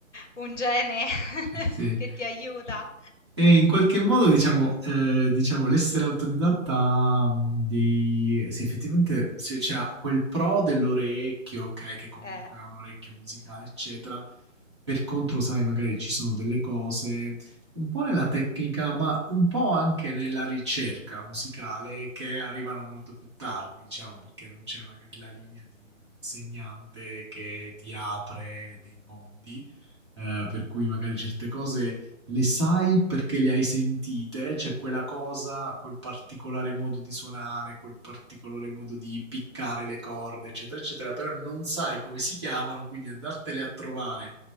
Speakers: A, on the left; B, on the right.
A: un gene <laughs>
B: sì.
A: che ti aiuta.
B: E in qualche modo, diciamo, eh, diciamo l'essere autodidatta ha, mh, dei... sì, effettivamente se c'è quel pro dell'orecchio, ok, che comunque
A: Eh.
B: ha un orecchio musicale, eccetera. Per contro, sai, magari ci sono delle cose un po' nella tecnica, ma un po' anche nella ricerca musicale che arrivano molto più tardi, diciamo, perché non c'è magari la linea di un insegnante che ti apre dei mondi, eh, per cui magari certe cose le sai perché le hai sentite, c'è cioè quella cosa, quel particolare modo di suonare, quel particolare modo di piccare le corde, eccetera, eccetera, però non sai come si chiamano, quindi andartele a trovare